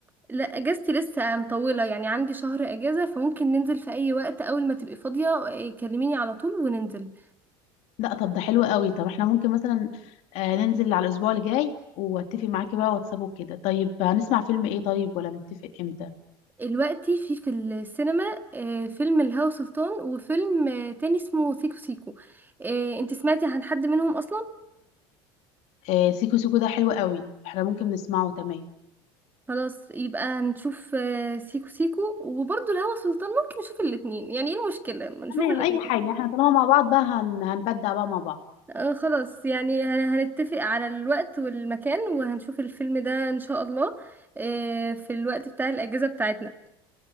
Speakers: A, on the right; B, on the left.
A: لا اجازتي لسه مطولة يعني عندي شهر اجازة فممكن ننزل في اي وقت اول ما تبقي فاضية آه، كلميني على طول وننزل
B: لا طب ده حلو قوي طب احنا ممكن مثلا آه ننزل على الاسبوع الجاي واتفق معاكي بقى واتساب وكده طيب هنسمع فيلم ايه طيب ولا نتفق امتى
A: دلوقتي في في السينما آه، فيلم الهوى سلطان وفيلم آه، تاني اسمه سيكو سيكو آه، انتي سمعتي عن حد منهم اصلا
B: آه سيكو سيكو ده حلو قوي احنا ممكن نسمعه تمام
A: خلاص يبقى هنشوف آه، سيكو سيكو وبرضه الهوى سلطان ممكن نشوف الاتنين يعني ايه المشكلة ما نشوف
B: تمام
A: الاتنين
B: اي حاجة احنا طالما مع بعض بقى هن... هنبدع بقى مع بعض
A: آه خلاص يعني هن- هنتفق على الوقت والمكان وهنشوف الفيلم ده ان شاء الله آه في الوقت بتاع الاجازة بتاعتنا